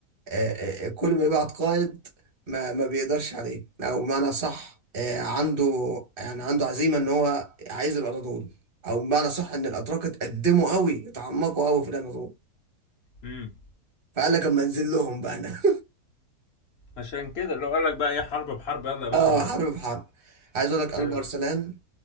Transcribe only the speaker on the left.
امم
عشان كده لو قال لك بقى ايه حرب بحرب يلا يا باشا
نودي
حلو